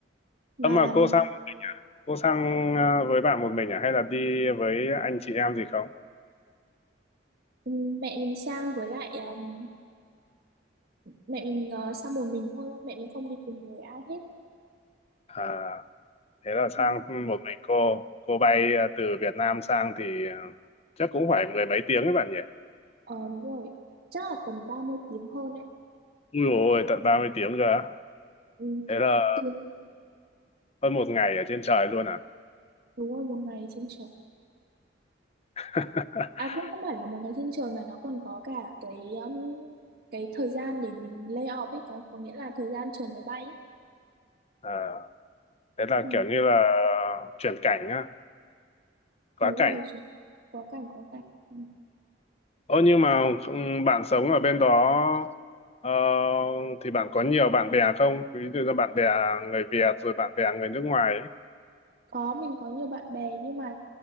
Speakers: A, on the right; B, on the left.
A: mà
B: Ơ mà cô sao Cô sang ờ, với bạn một mình à hay là đi với anh chị em gì không?
A: ừm, mẹ mình sang với lại ừm, mẹ mình ờ, sang một mình thôi mẹ mình không đi cùng với ai hết
B: À, thế là
A: Ừ.
B: sang một mình cô. Cô bay ờ, từ Việt Nam sang thì ờ, chắc cũng phải mười mấy tiếng các bạn nhỉ?
A: ờ đúng rồi chắc là tầm 30 tiếng hơn đấy
B: Ui dồi ôi, tận 30 tiếng cơ. á.
A: ừ.
B: Thế là
A: từ
B: hơn một ngày ở trên trời luôn à?
A: đúng rồi một ngày trên trời
B: <laughs>
A: à cũng không hẳn là một ngày trên trời mà nó còn có cả cái ừm, cái thời gian để mình lay off ấy có, có nghĩa là thời gian chờ máy bay ấy.
B: Ờ, thế là
A: Ừ.
B: kiểu như là chuyển cảnh á, quá
A: đúng
B: cảnh.
A: rồi chứ. quá cảnh quá cảnh ừ.
B: Ơ nhưng mà ừm, bạn sống ở bên đó ờ, thì bạn có nhiều bạn bè không? Ví dụ như bạn bè người Việt rồi bạn bè người nước ngoài ấy.
A: có mình có nhiều bạn bè nhưng mà